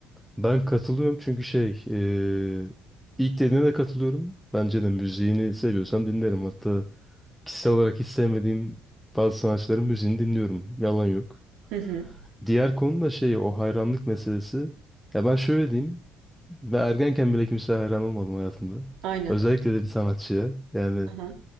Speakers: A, in the centre; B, on the right.
A: ben katılıyorum çünkü şey eee, ilk dediğine de katılıyorum. Bence de müziğini seviyorsam dinlerim. Hatta kişisel olarak hiç sevmediğim bazı sanatçıların müziğini dinliyorum. Yalan yok.
B: Hı hı.
A: Diğer konu da şey o hayranlık meselesi. Ya ben şöyle diyeyim. Ve ergenken bile kimseye hayran olmadım hayatımda.
B: Aynen.
A: Özellikle de bir sanatçıya. Yani
B: Hı hı.